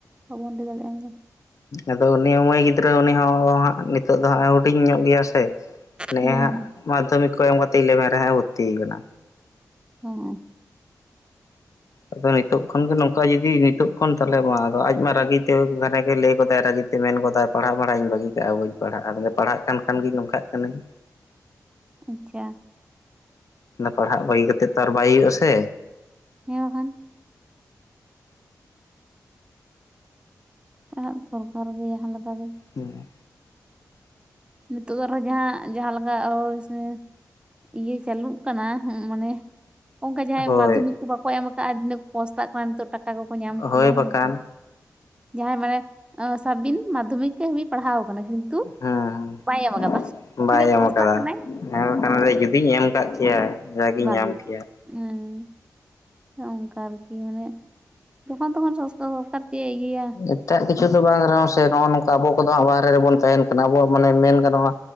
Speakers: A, on the right; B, on the left.
A: ᱵᱟᱵᱚᱱ ᱛᱮ ᱫᱟᱲᱮᱭᱟᱜᱼᱟ ᱟᱱᱟ ᱫᱚ᱾
B: ᱟᱫᱚ ᱩᱱᱤ ᱢᱟᱹᱭ ᱜᱤᱫᱽᱨᱟᱹ ᱩᱱᱤ ᱦᱚᱸ ᱦᱟᱸᱜ ᱱᱤᱛᱚᱜ ᱫᱚ ᱦᱟᱸᱜ ᱦᱩ ᱰᱤᱧ ᱧᱚᱜ ᱜᱮᱭᱟ ᱥᱮ ᱱᱮᱜ
A: ᱦᱮᱸ
B: ᱮ ᱦᱟᱸᱜ ᱢᱟᱫᱽᱫᱷᱚᱢᱤᱠ ᱠᱚ ᱮᱢ ᱠᱟᱛᱮ ᱤᱞᱮᱵᱷᱮᱱ ᱨᱮ ᱦᱟᱸᱜ ᱮ ᱵᱷᱚᱨᱛᱤᱭ ᱟᱠᱟᱱᱟ᱾
A: ᱚ
B: ᱟᱫᱚ ᱱᱤᱛᱚᱜ ᱠᱷᱚᱱᱜᱮ ᱱᱚᱝᱠᱟ ᱡᱩᱫᱤ ᱱᱤᱛᱳᱜ ᱠᱷᱚᱱ ᱛᱟᱦᱚᱞᱮ ᱢᱟ ᱟᱫᱚ ᱟᱡ ᱢᱟ ᱨᱟᱹᱜᱤ ᱛᱮ ᱜᱷᱟᱱᱮ ᱜᱮ ᱞᱟᱹᱭ ᱜᱚᱫᱟᱭ ᱨᱟᱹᱜᱤ ᱛᱮ ᱢᱮᱱ ᱜᱚᱫᱟᱭ ᱯᱟᱲᱦᱟᱜ ᱢᱟᱲᱦᱟᱜ ᱤᱧ ᱵᱟᱹᱜᱤ ᱠᱟᱜ ᱵᱟᱹᱧ ᱯᱟᱲᱦᱟᱜ-ᱟ <unintelligible> ᱯᱟᱲᱦᱟᱜ ᱠᱟᱱ ᱠᱷᱟᱱ ᱜᱤᱧ ᱱᱚᱝᱠᱟᱜ ᱠᱟᱱᱤᱧ
A: ᱟᱪᱪᱷᱟ
B: ᱯᱟᱲᱦᱟᱜ ᱵᱟᱹᱜᱤ ᱠᱟᱛᱮᱫ ᱛᱚ ᱟᱨ ᱵᱟᱭ ᱦᱩᱭᱩᱜ-ᱟ ᱥᱮ
A: ᱦᱮᱸ ᱵᱟᱠᱷᱟᱱ ᱯᱟᱲᱦᱟᱜ ᱫᱚᱨᱠᱟᱨ ᱜᱮᱭᱟ ᱡᱟᱦᱟᱸ ᱞᱮᱠᱟ ᱜᱮ
B: ᱦᱩᱸ
A: ᱱᱤᱛᱚᱜ ᱫᱚ ᱟᱨᱦᱚᱸ ᱡᱟᱦᱟᱸ ᱡᱟᱦᱟᱸ ᱞᱮᱠᱟ ᱳᱭ ᱥᱮ ᱤᱭᱟᱹ ᱪᱟᱹᱞᱩᱜ ᱠᱟᱱᱟ ᱦᱩᱸ ᱢᱟᱱᱮ ᱚᱱᱠᱟ ᱡᱟᱦᱟᱸᱭ
B: ᱦᱳᱭ
A: ᱢᱟᱫᱽᱫᱷᱚᱢᱤᱠ ᱠᱚ ᱵᱟᱠᱚ ᱮᱢ ᱠᱟᱜ-ᱟ ᱱᱟ. ᱯᱚᱥᱛᱟᱜ ᱠᱟᱱ ᱱᱤᱛᱚᱜ ᱴᱟᱠᱟ ᱠᱚᱠᱚ ᱧᱟᱢ ᱠᱮᱭᱟ
B: ᱦᱳᱭ ᱵᱟᱠᱷᱟᱱ
A: ᱦᱮᱸ ᱡᱟᱦᱟᱸᱭ ᱢᱟᱱᱮ ᱥᱟᱵ ᱵᱤᱱ ᱢᱟᱫᱽᱫᱷᱚᱢᱤᱠ ᱦᱟᱹᱵᱤᱡ ᱯᱟᱲᱦᱟᱣ ᱟᱠᱟᱱᱟ ᱠᱤᱱᱛᱩ
B: ᱦᱮᱸ
A: ᱵᱟᱭ ᱮᱢ ᱟᱠᱟᱫᱟ
B: ᱵᱟᱭ
A: ᱛᱤᱱᱟᱹᱜ
B: ᱧᱟᱢ
A: ᱯᱚᱥᱛᱟᱜ
B: ᱠᱟᱫᱟ
A: ᱠᱟᱱᱟᱭ
B: ᱦᱮᱸ ᱵᱟᱠᱷᱟᱱ ᱫᱚᱭ ᱡᱩᱫᱤᱧ ᱧᱟᱢ ᱠᱟᱜ ᱠᱮᱭᱟ ᱡᱟᱜᱤᱧ
A: ᱵᱟᱹᱜᱤ
B: ᱧᱟᱢ
A: ᱜᱮ
B: ᱠᱮᱭᱟ
A: ᱦᱩᱸ ᱚᱱᱠᱟ ᱟᱨᱠᱤ ᱢᱟᱱᱮ ᱡᱚᱠᱷᱚᱱ ᱛᱚᱠᱷᱚᱱ ᱥᱚᱥᱠᱟᱨ ᱡᱮ ᱤᱭᱟ. ᱭᱟ
B: ᱮᱴᱟᱜ ᱠᱤᱪᱷᱩ ᱫᱚ ᱵᱟᱝ ᱨᱮᱦᱚᱸ ᱥᱮ ᱱᱚᱜ-ᱚ ᱱᱚᱝᱠᱟ ᱟᱵᱚ ᱠᱚᱫᱚ ᱦᱟᱸᱜ ᱵᱟᱦᱨᱮ ᱨᱮᱵᱚᱱ ᱛᱟᱦᱮᱱ ᱠᱟᱱᱟ ᱟᱵᱚᱣᱟᱜ ᱢᱟᱱᱮ ᱢᱮᱱ ᱜᱟᱱᱚᱜ-ᱟ